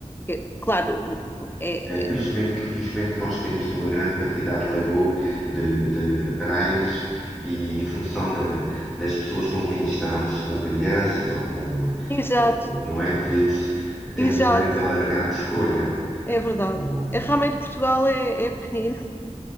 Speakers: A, on the left (about 20°); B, in the centre.
A: porque, claro, é,
B: É, felizmente,
A: é-
B: que, felizmente que nós temos uma grande quantidade de lago, de, de praias, e em função da, das pessoas com quem estamos, com crianças ou com,
A: exato,
B: ou com- não é? Podemos, temos
A: exato,
B: um leque alargado de escolha.
A: é verdade.
B: O, eh,
A: É, realmente Portugal é, é pequenino,